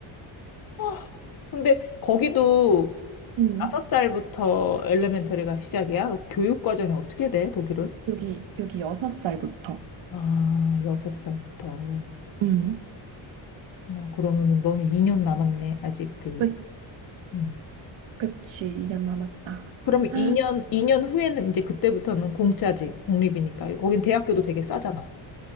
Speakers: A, on the left (about 45°); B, on the right (about 70°).
A: 아, 근데 거기도
B: 음,
A: 다섯 살부터 엘레멘터리가 시작이야? 교육 과정이 어떻게 돼, 독일은?
B: 여기 여기 여섯 살부터.
A: 아, 여섯 살부터.
B: 음.
A: 나 그러면은 너는 2년 남았네, 아직 그.
B: 그
A: 음.
B: 그치, 2년 남았다.
A: 그럼
B: 아,
A: 이년 2년 후에는 이제 그때부터는 공짜지, 공립이니까. 거긴 대학교도 되게 싸잖아.